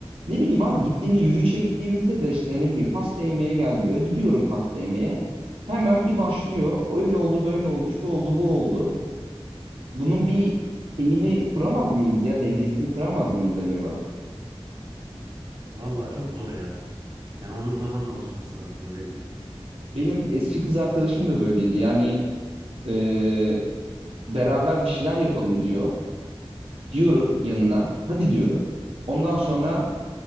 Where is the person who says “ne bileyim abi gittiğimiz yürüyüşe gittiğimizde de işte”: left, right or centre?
Right